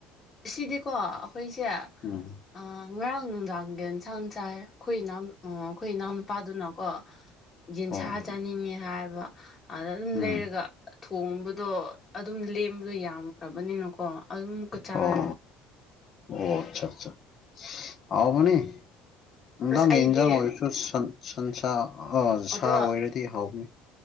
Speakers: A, on the left; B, on the left.
A: ꯉꯁꯤꯗꯤꯀꯣ ꯑꯩꯈꯣꯏꯁꯦ
B: ꯎꯝ
A: ꯑꯥ ꯉꯔꯥꯡ ꯅꯨꯡꯗꯥꯡ ꯌꯦꯟ ꯌꯦꯟꯁꯥꯡ ꯆꯥꯏꯌꯦ ꯑꯩꯈꯣꯏ ꯏꯅꯥꯎ ꯑꯨꯡ ꯑꯩꯈꯣꯏ ꯏꯅꯥꯎ ꯅꯨꯨꯄꯥꯗꯨꯅꯀꯣ ꯌꯦꯟꯁꯥ
B: ꯑꯣ
A: ꯆꯥꯅꯤꯡꯉꯦ ꯍꯥꯏꯕ ꯑꯗ ꯑꯗꯨꯝ
B: ꯎꯝ
A: ꯂꯩꯔꯒ ꯊꯣꯡꯕꯗꯣ ꯑꯗꯨꯝ ꯂꯦꯝꯕꯗꯣ ꯌꯥꯝꯈ꯭ꯔꯕꯅꯤꯅꯀꯣ ꯑꯗꯨꯝꯀ ꯆꯥꯔꯦ
B: ꯑꯣ ꯑꯣ ꯑꯆꯥ ꯆꯥ ꯍꯥꯎꯕꯅꯤ ꯅꯨꯝꯗꯥꯡ
A: ꯑꯁ ꯑꯩꯗꯤ
B: ꯏꯟꯖꯥꯡ ꯑꯣꯏꯔꯁꯨ ꯁꯟ ꯁꯟꯁꯥ ꯑꯣ ꯁꯥ
A: ꯑꯗꯣ
B: ꯑꯣꯏꯔꯗꯤ ꯍꯥꯎꯕꯅꯤ